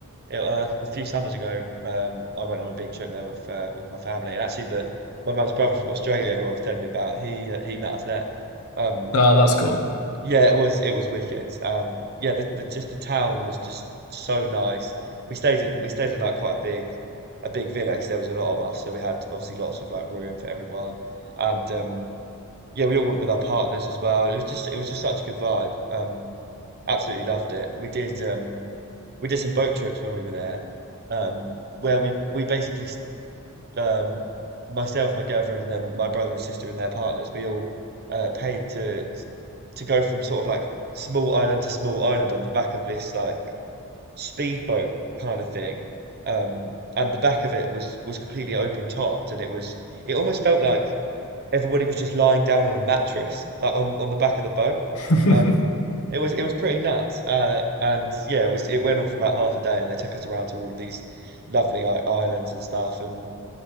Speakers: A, on the right; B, on the left.
A: It, uh, a few summers ago, um, I went on a big trip there with uh, with my family, and actually the my mum's brother from Australia, who I was telling you about, he uh, he met us there. Um,
B: oh that's cool
A: yeah, it was it was wicked. Um, yeah, the, the just the town was just so nice. We stayed in we stayed in like quite a big a big villa because there was a lot of us, so we had obviously lots of like room for everyone, and um, yeah, we all went with our partners as well. It was just it was just such a good vibe. Um, absolutely loved it. We did. Um, we did some boat trips when we were there, um, where we we basically um, myself, my girlfriend, and then my brother and sister and their partners, we all uh, paid to to go from sort of like small island to small island on the back of this like speedboat kind of thing. Um, and the back of it was was completely open topped, and it was it almost felt like everybody was just lying down on a mattress, like on, on the back of the boat.
B: <laughs>
A: Um, it was it was pretty nuts. Uh, and yeah, it was it went on for about half a day, and they took us around to all of these lovely like islands and stuff, and